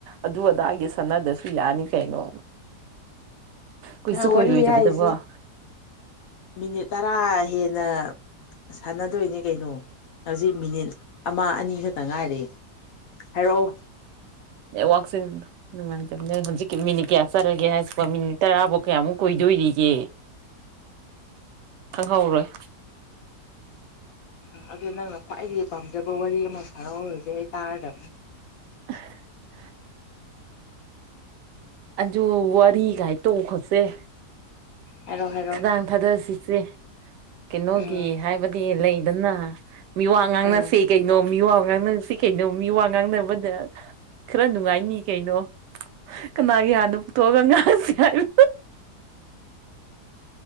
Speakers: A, on the right; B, on the left.
A: ꯑꯗꯨ ꯑꯗꯥꯏꯒꯤ ꯁꯥꯟꯅꯗꯁꯨ ꯌꯥꯅꯤ ꯀꯩꯅꯣ ꯀꯨꯏꯁꯨ
B: ꯑ
A: ꯀꯨꯏꯔꯣꯏꯗꯕꯗꯕꯣ
B: ꯋꯥꯔꯤꯔꯤ ꯍꯥꯏꯏꯁꯤ ꯃꯤꯅꯤ ꯇ ꯀꯥ ꯍꯦꯟꯅ ꯁꯥꯟꯅꯗꯣꯏꯅꯦ ꯀꯩꯅꯣ ꯍꯧꯖꯤꯛ ꯃꯤꯅꯤꯠ ꯑꯃ ꯑꯅꯤ ꯈꯛꯇ ꯉꯥꯏꯔꯤ ꯍꯥꯏꯔꯛꯑꯣ
A: ꯅꯦꯠꯋꯥꯛꯁꯦ ꯅꯨꯡꯉꯥꯏꯇꯕꯅꯦ ꯍꯧꯖꯤꯛꯀꯤ ꯃꯤꯅꯤꯠ ꯀꯌꯥ ꯆꯠꯂꯒꯦ ꯍꯥꯏꯁꯤꯀꯣ ꯃꯤꯅꯤꯠ ꯇꯔꯥꯐꯧ ꯀꯌꯥꯃꯨꯛ ꯀꯨꯏꯗꯣꯏꯔꯤꯒꯦ ꯈꯪꯍꯧꯔꯣꯏ
B: ꯎ ꯑꯗꯨ ꯅꯪꯅ ꯈ꯭ꯋꯥꯏꯗꯒꯤ ꯄꯥꯝꯖꯕ ꯋꯥꯔꯤ ꯑꯃ ꯁꯥꯔꯛꯎꯔꯒ ꯑꯗꯨ ꯇꯥꯔꯗꯕꯅꯤ
A: ꯑꯥ ꯑꯟꯖꯨ ꯋꯥꯔꯤꯒꯥꯏ ꯇꯣꯛꯈꯣꯠꯁꯦ <unintelligible> <inaudible>
B: ꯍꯥꯏꯔꯣ ꯍꯥꯏꯔꯣ
A: ꯈꯗꯥꯡ ꯊꯥꯗꯁꯤ ꯁꯤ ꯀꯩꯅꯣꯒꯤ
B: ꯎꯝ
A: ꯍꯥꯏꯕꯗꯤ ꯂꯩ ꯅ ꯃꯤ ꯋꯥ ꯉꯥꯡꯅꯁꯦ
B: ꯑꯥ
A: ꯀꯩꯅꯣ ꯃꯤ ꯋꯥ ꯉꯥꯡꯅ ꯁꯤ ꯀꯩꯅꯣ ꯃꯤ ꯋꯥ ꯉꯥꯡꯅꯕ ꯃꯗ ꯈꯔ ꯅꯨꯡꯉꯥꯏꯅꯤ ꯀꯩꯅꯣ ꯀꯅꯥꯒꯤ ꯍꯥꯟꯅꯣ ꯇꯣꯒ ꯉ <unintelligible> <inaudible> ꯁꯤ ꯍꯥꯏ ꯎ